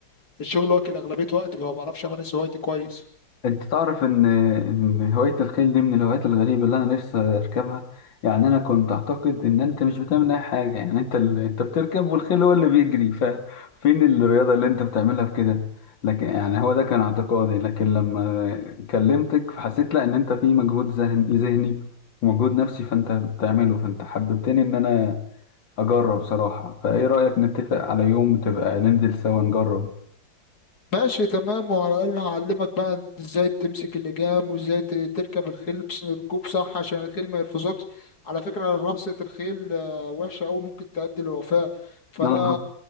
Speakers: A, on the left (about 55°); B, on the left (about 80°).
A: فالشغل واكل اغلبية وقتي فما بعرفش امارس هوايتي كويس
B: انت تعرف ان ان هوايه الخيل دي من الهوايات الغريبه اللي انا نفسي اركبها يعني انا كنت اعتقد ان انت مش بتعمل اي حاجه يعني انت ال... انت بتركب والخيل هو اللي بيجري ففين الرياضه اللي انت بتعملها في كده لكن يعني هو ده كان اعتقادي لكن لما كلمتك فحسيت لا ان انت في مجهود ذهن... ذهني ومجهود نفسي فانت بتعمله فانت حببتني ان انا اجرب صراحه فايه رايك نتفق على يوم تبقى ننزل سوا نجرب
A: ماشي تمام وعلى الأقل هعلمك بقى انت ازاي تمسك اللجام وازاي ت- تركب الخيل بس ركوب صح عشان الخيل ما يرفزكش على فكرة رفسة الخيل آه، وحشة أوي ممكن تؤدي للوفاة فأنا
B: يلا نروح